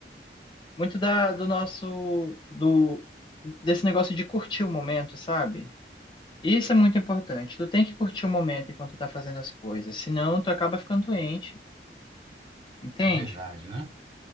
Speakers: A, on the left; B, on the right.
A: muito da, do nosso, do, desse negócio de curtir o momento, sabe? Isso é muito importante. Tu tem que curtir o momento enquanto tu tá fazendo as coisas, senão tu acaba ficando doente, entende?
B: É verdade, né?